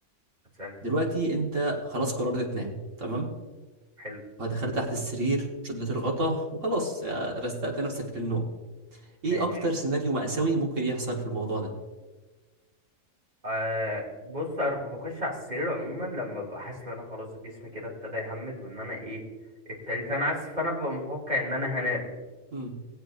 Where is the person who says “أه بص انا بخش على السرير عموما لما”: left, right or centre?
Right